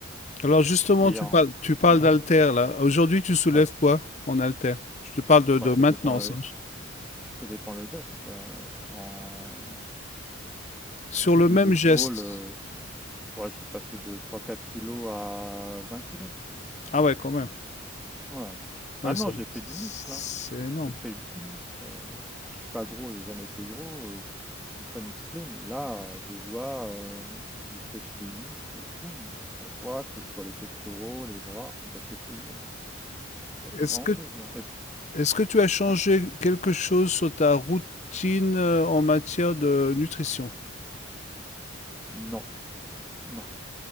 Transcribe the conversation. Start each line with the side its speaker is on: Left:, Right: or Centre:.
Left: Alors justement,
Centre: Et
Left: tu
Centre: en...
Left: parles, tu parles
Centre: Ouais,
Left: d'haltère là. Aujourd'hui, tu soulèves
Centre: ouais.
Left: quoi en haltère? Je te parle de,
Centre: Bah,
Left: de
Centre: ça
Left: maintenance.
Centre: dépend le,
Left: hein.
Centre: ça dépend le geste. euh, en...
Left: Sur
Centre: Au-dessus
Left: le
Centre: des
Left: même
Centre: épaules,
Left: geste.
Centre: euh, ouais, je suis passé de 3-4 kilos à 20 kilos.
Left: Ah ouais, quand même.
Centre: Ouais.
Left: Ouais,
Centre: Ah non,
Left: c'est
Centre: j'ai pris
Left: c'est
Centre: du muscle, hein.
Left: énorme.
Centre: J'ai pris beaucoup de muscle. euh. Ah, Je suis pas gros, j'ai jamais été gros. euh, ou très musclé, mais là, je vois, euh, je fléchis les muscles, boum, ça voit que ce soit les pectoraux, les bras, et ça fait plaisir, hein. ça fait
Left: Est-ce
Centre: vraiment
Left: que
Centre: plaisir. Et
Left: est-ce que tu as changé
Centre: ouais,
Left: quelque chose sur ta routine, heu, en matière de nutrition?
Centre: non, non,